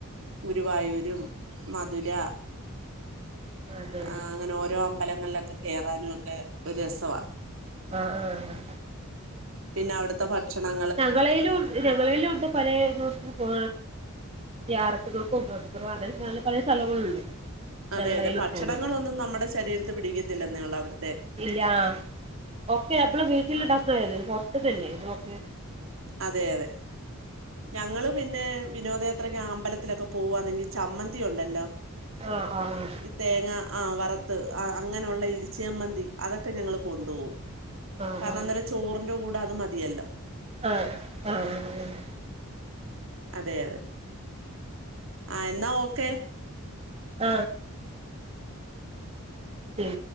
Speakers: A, on the right; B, on the right.
A: ഗുരുവായൂരും മധുര
B: അതെ
A: ആ അങ്ങനെ ഓരോ അമ്പലം. <unintelligible> കേയറാനും ഒക്കെ ഒരു രസമാ
B: ആ ആ ആ
A: പിന്നെ അവിടുത്തെ ഭക്ഷണം?
B: ഞങ്ങളലും ഞങ്ങളിലും ഉണ്ട് പല ദൂ പോ യാറത്ത്ങ്ങക്ക് പോവഅങ്ങനെ പല സ്ഥലങ്ങളുണ്ട്.
A: അതെ
B: ഞങ്ങളേലും
A: അതെ ഭക്ഷണങ്ങളൊന്നും
B: പോണത്
A: നമ്മുടെ ശരീരത്ത് പിടിക്കത്തില്ലെന്നേ ഉള്ളൂ അവിട
B: ഇല്ല ആ ഓക്കെ നമ്മളെ വീട്ടിന് ഉണ്ടാക്കുന്നപുൊറതല്ലേ ഇത് ഓക്കെ.
A: അതെ അതെ ഞങ്ങള് പിന്നെ വിനോദയാത്രയ്ക്ക്അമ്പലത്തിലൊക്കെ പോവുവാന്നെങ്കിൽ ചമ്മന്തി ഉണ്ടല്ലോ.
B: ആഹ് ആഹ്
A: ഈ തേങ്ങ ആ വ പുറത്ത് അങ്ങനെയുള്ള ഇടിച്ചേമ്മന്തി അതൊക്കെ ഞങ്ങള്ൾ കൊണ്ടപോകവും.
B: ആഹ്
A: കാരണം അന്നേരം ചോറിന്റെ കൂടെ അത് മതിയല്ലോ?
B: ആ ആ ആ ആ
A: അതെ അതെ. ആ എന്നാ ഓക്കെ
B: ആ ഉം